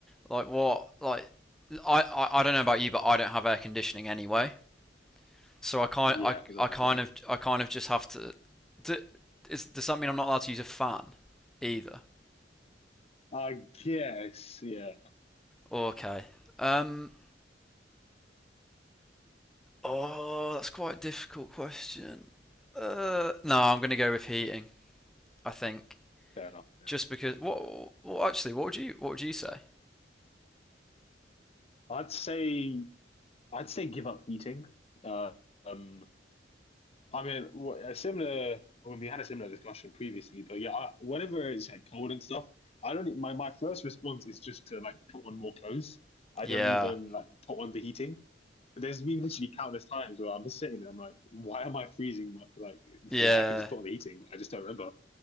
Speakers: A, in the centre; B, on the left.
A: like what, like, I, I, I don't know about you, but I don't have air conditioning anyway. So I kind,
B: Yeah,
A: I,
B: I don't
A: I
B: have
A: kind
B: that.
A: of, I kind of just have to. Do, is, does that mean I'm not allowed to use a fan either?
B: I guess, yeah,
A: Okay. Um. Oh, that's quite a difficult question. Uh, no, I'm going to go with heating. I think
B: fair enough. Yeah.
A: just because. What? Well, actually, what would you? What would you say?
B: I'd say I'd say give up heating. Uh, um, I mean, wh- a similar. When we had a similar discussion previously, but yeah, I, whenever it's like cold and stuff, I don't. e- My my first response is just to like put on more clothes. I
A: Yeah.
B: don't even like put on the heating. There's been literally countless times where I'm just sitting there. I'm like, why am I freezing? my- Like, before
A: Yeah.
B: I can just put on the heating. but I just don't remember.